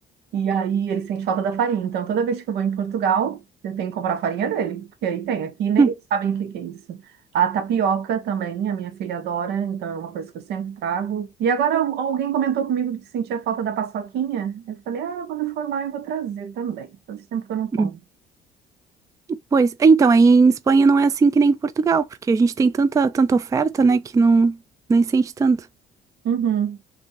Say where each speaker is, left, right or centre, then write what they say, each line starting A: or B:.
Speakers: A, on the right; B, on the right.
A: E aí ele sente falta da farinha. Então toda vez que eu vou em Portugal, eu tenho que comprar a farinha dele, porque aí tem. Aqui nem
B: Hum,
A: sabem o que que é isso. A tapioca também, a minha filha adora, então é uma coisa que eu sempre trago. E agora al- alguém comentou comigo que sentia falta da paçoquinha. Eu falei, ah, quando eu for lá eu vou trazer também. Faz tempo que eu não como.
B: hum. Pois, então, aí em Espanha não é assim que nem em Portugal, porque a gente tem tanta, tanta oferta, né, que não, nem sente tanto.
A: Uhum.